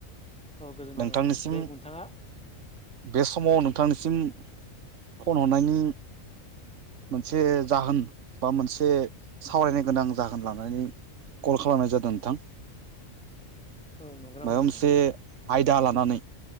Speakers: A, in the centre; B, on the right.
A: औ गोजोन हर
B: नोंथांनिसिम
A: नोंथां दे नोंथाङा
B: बे समाव नोंथांनिसिम फन हरनायनि मोनसे जाहोन बा मोनसे सावरायनो गोनां जाहोन लानानै कल खालामनाय जादों नोंथां
A: औ नंगौ नामा
B: माबा
A: नोंथां
B: मोनसे आयदा लानानै